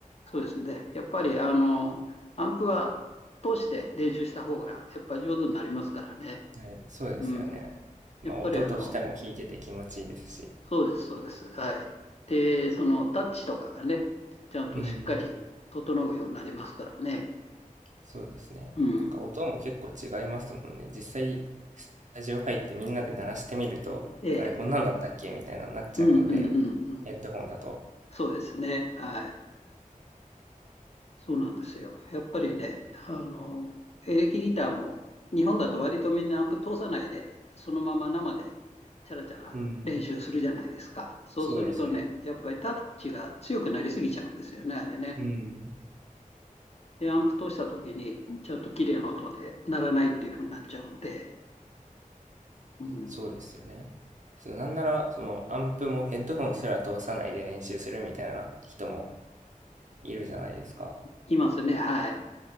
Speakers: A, on the left; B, on the right.
A: そうですね。やっぱり、あの、アンプは通して練習した方が、やっぱ上手になりますからね。
B: はい、そうですよね。
A: うん。
B: まあ、
A: やっぱりあの、
B: 音としても弾いてて気持ちいいですし。
A: そうです、そうです。はい。で、そのタッチとかがね、ちゃんとしっかり整うようになりますからね。
B: うん、そうですね。
A: うん。
B: なんか音も結構違いますもんね。実際、スタジオ入ってみんなで鳴らしてみると、
A: ええ。
B: あれこんなんだったっけみたいなのになっちゃうので、
A: うんうんうんうん。
B: ヘッドホンだと。
A: そうですね。はい。そうなんですよ。やっぱりね、あの、エレキギターも日本だと割とみんなアンプ通さないで、そのまま生でチャラチャラ練習するじゃないですか。
B: うん、
A: そうするとね、
B: そうですね。
A: やっぱりタッチが強くなりすぎちゃうんですよね、あれね。
B: うん。
A: で、アンプ通した時に、ちゃんと綺麗な音で鳴らないっていう風になっちゃうんで、うん、
B: そうですよね。そのなんなら、そのアンプもヘッドホンすら通さないで練習するみたいな人もいるじゃないですか。
A: いますね、はい。